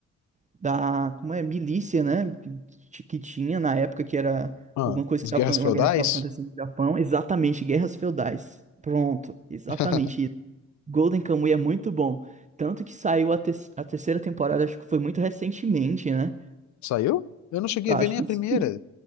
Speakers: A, on the right; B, on the left.
A: da, como é, milícia, né? Que, ti- que tinha na época, que era
B: Ah,
A: alguma coisa
B: as
A: que estava,
B: guerras
A: uma
B: feudais?
A: guerra que estava acontecendo no Japão. Exatamente, guerras feudais. Pronto, exatamente
B: <laughs>
A: isso. Golden Kamuy é muito bom. Tanto que saiu a, te a terceira temporada, acho que foi muito recentemente, né?
B: Saiu? Eu não cheguei
A: Eu
B: a
A: acho
B: ver nem
A: que
B: a primeira.
A: sim.